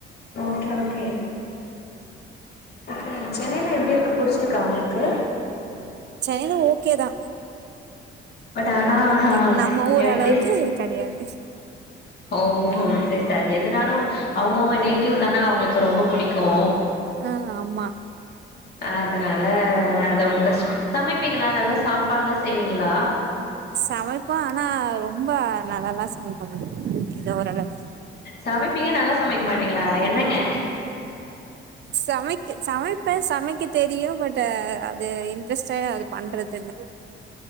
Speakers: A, on the left; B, on the right.
A: ஓகே ஓகே ஓகே சென்னையிலா எப்டி இருக்கு புடிச்சிருக்கா உங்களுக்கு
B: சென்னைல ஓகே தா
A: பட் ஆனா
B: நமக்கு
A: ஆ
B: நம்ம ஊர்
A: எப்டி
B: அளவுக்கு கெடையாது
A: ஓ செரி சாரி அது எதுனாலு அவுங்கவுங்க நேட்டிவ் தானே அவுங்களுக்கு ரொம்ப புடிக்கு
B: ஆ ஆமா
A: அதனால அதது உங்களுக் கஷ் சமைப்பீங்ளா நல்லா சாப்பாடுல்லா செய்வீங்ளா
B: சமைப்போ ஆனா ரொம்ப நல்லால்லா சமைக்க மாட்டோ ஏதோ ஓரளவு
A: சமைப்பீங்க நல்லா சமைக்க மாட்டீங்ளா என்னங்க
B: சமைக்க சமைப்பே சமைக்க தெரியு பட் அது இன்ட்ரஸ்டா அது பண்றதில்ல